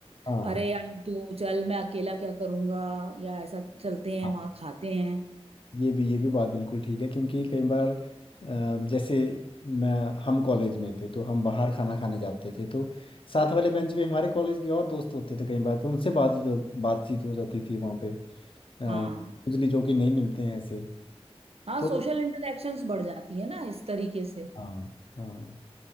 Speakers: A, on the left; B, on the right.
A: हाँ
B: अरे यार तू चल मैं अकेला क्या करूंगा या ऐसा चलते हैं
A: हाँ
B: वहां खाते हैं
A: ये भी ये भी बात बिल्कुल ठीक है क्योंकि कई बार अ, जैसे मैं हम कॉलेज में थे तो हम बाहर खाना खाने जाते थे तो साथ वाले बेंच पे हमारे कॉलेज के और दोस्त होते थे कई बार तो उनसे बात बातचीत हो जाती थी वहाँ पे अ,
B: हाँ
A: उजली जो कि नहीं मिलते हैं ऐसे
B: हाँ
A: तो
B: सोशल इंटरेक्शंस बढ़ जाती है ना इस तरीके से
A: हाँ हाँ